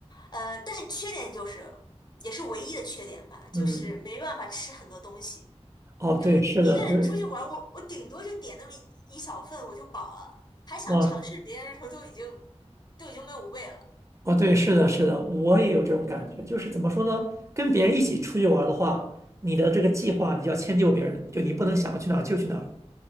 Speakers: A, on the left (about 40°); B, on the right (about 25°).
A: 呃，但是缺点就是。也是唯一的缺点吧，
B: 嗯，
A: 就是没办法吃很多东西。
B: 哦对，
A: 因为一个人出去玩儿我我顶多就点那么一小份我就饱了，
B: 是的，就是
A: 还想尝试别人的时候都已经
B: 哦
A: 都已经没有胃了。
B: 哦对，是的，是的，我也有这种感觉。就是怎么说呢？跟别人一起出去玩儿的话，你的这个计划你就要迁就别人，就你不能想去哪儿就去哪儿。